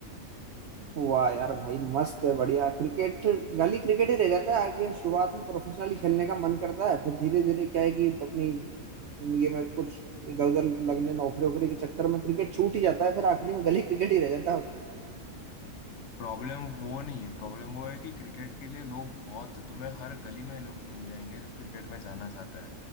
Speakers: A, on the right (about 60°); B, on the left (about 55°).
A: वाह यार भाई मस्त है बढ़िया क्रिकेट गली क्रिकेट ही रह जाता है आगे शुरुआत में प्रोफेशनली खेलने का मन करता है फिर धीरे धीरे क्या है कि अपनी जिंदगी में कुछ इधर उधर लगने नौकरी वोकरी के चक्कर में क्रिकेट छूट ही जाता है फिर आखिरी में गली क्रिकेट ही रह जाता है
B: प्रॉब्लम वो नहीं है प्रॉब्लम वो है कि क्रिकेट के लिए लोग बहुत तुम्हें हर गली में लोग मिल जाएंगे जो क्रिकेट में जाना चाहता है